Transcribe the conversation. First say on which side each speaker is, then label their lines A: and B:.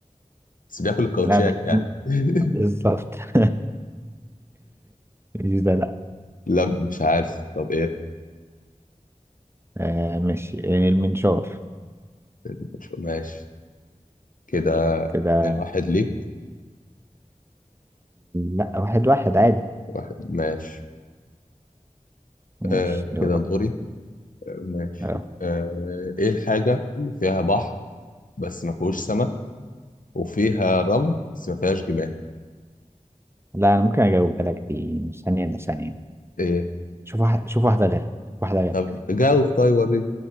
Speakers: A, on the left; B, on the right.
A: بس بياكل الكاوتشات
B: لا ده كلام
A: يعني <laughs>
B: بالظبط <laughs> مش ده لا
A: لا مش عارف طب إيه
B: آه مش يعني المنشار
A: مش- ماشي كده
B: كده
A: اتنين واحد ليك
B: لا واحد واحد عادي
A: واحد ماشي
B: ماشي
A: آه
B: دورك
A: كده دوري آه، ماشي
B: اه
A: آه إيه الحاجة اللي فيها بحر بس ما فيهوش سمك وفيها رمل بس ما فيهاش جمال
B: لا انا ممكن اجاوبها لك دي مش ثانية الا ثانية
A: إيه
B: شوف واحد شوف واحدة غير شوف واحدة غير
A: طب جاوب طيب وريني